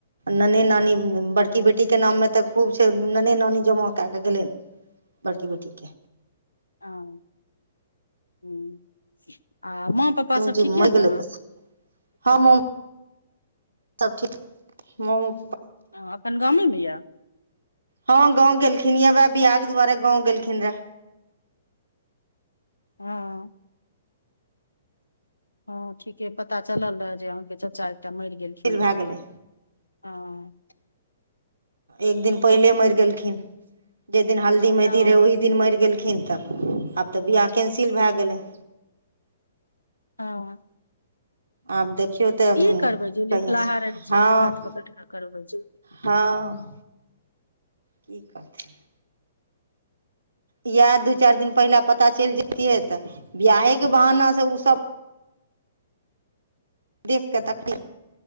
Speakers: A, on the right; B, on the left.
A: नने नानी बड़की बेटी के नाममे तऽ खूब छैय नने नानी जमा क के गेलनि। बड़की बेटी के।
B: हँ हुँ आ मम्मी पप्पा
A: दुनू
B: सब
A: जी
B: ठीक यै
A: मरि
B: ने।
A: गेलै तऽ हँ मम सब ठीक मोमो-
B: हँ एखन गामेमे यऽ।
A: हँं गाँंव गेलखिन ये वैह बियाह के दुआरे गाँंव गेलखिन रहे।
B: हँ। हँ ठीके पता चलल रहय जे अहाँके चाचा एकटा मरि गेलखिन।
A: भए गेलै
B: हँ।
A: एक दिन पहिले मरि गेलखिन जहि दिन हल्दी
B: हँ
A: मेहदी रहै ओही दिन मरि गेलखिन तब। आब तऽ बियाह कैंसिल भए गेलै।
B: हँ।
A: आब देखियौ। तऽ
B: की करबै जे
A: कहिया
B: लिखलाहा रहै छै
A: हँ
B: ओ हाथ पकड़ि कऽ करबै छै।
A: हँ। की करथिन। इएह दू चारि दिन पहिला पता चलि जैतियै तऽ बियाहे के बहाना से उ सब। देखिकऽ तखनी